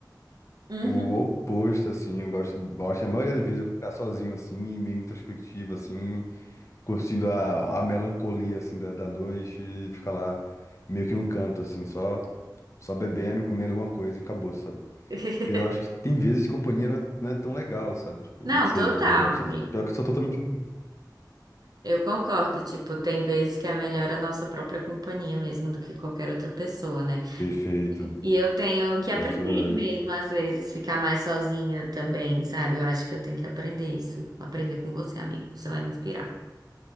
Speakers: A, on the right; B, on the left.
A: Uhum.
B: o oposto, assim. Eu gosto, gosto, a maioria das vezes, eu ficar sozinho, assim, e meio introspectivo, assim, curtindo a, a melancolia, assim, da, da noite e ficar lá meio que num canto, assim, só, só bebendo, comendo alguma coisa e acabou, sabe?
A: <laughs>
B: Porque eu acho que tem vezes que companhia não é, não é tão legal, sabe? Tipo,
A: Não,
B: não sei,
A: total,
B: não gosto
A: amigo.
B: tanto. Pior que eu sou totalmente. oposto.
A: Eu concordo. Tipo, tem vezes que é melhor a nossa própria companhia mesmo do que qualquer outra pessoa, né?
B: Perfeito.
A: E eu tenho que aprender
B: Pior que isso é verdade.
A: mesmo, às vezes, ficar mais sozinha também, sabe? Eu acho que eu tenho que aprender isso. Aprender com você, amigo. Você vai me inspirar.